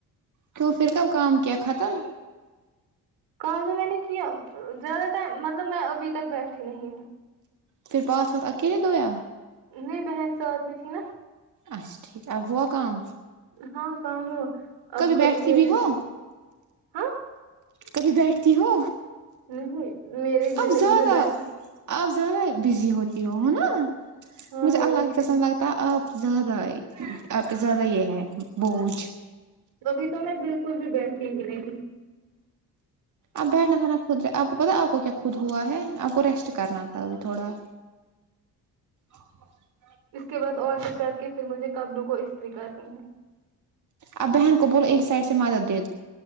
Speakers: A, on the right; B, on the right.
A: کیوں پھر کب کام کیا ختم
B: کام تو میں نے کیا زیادہ ٹائم مطلب میں ابھی تک بیٹھی نہیں ہوں
A: پھر پس وس اکیلے دھویا
B: نہیں بہن ساتھ میں تھی نا
A: اچھا ٹھیک اب ہوا کام
B: ہاں کم ہاں
A: کبھی
B: آب
A: بیٹھتی
B: یہ
A: بھی ہو
B: ہاں
A: کبھی بیٹھتی ہو
B: نہیں میری زندگی
A: اب زیادہ
B: میں بیٹھنا
A: آپ زیادہ بزی ہوتی ہو ہو نا
B: ہاں
A: مجھے
B: اور
A: اللہ کی
B: کیا
A: قسم لگ تا آپ زیادہ آپ زیادہ یہ ہے بوجھ
B: کبھی تو میں بالکل بھی بیٹھتی ہی نہیں
A: آپ بیٹھنا تھا نا خود سے آپ کو پتا آپ کو کیا خود ہوا ہے آپ کو ریسٹ کرنا تھا ابھی تھوڑا <unintelligible>
B: اس کے بعد الٹر کر کے پھر مجھے کبڈو کو استری کرنی ہے
A: اب بہن کو بولو ایک سائڈ سے مدد دے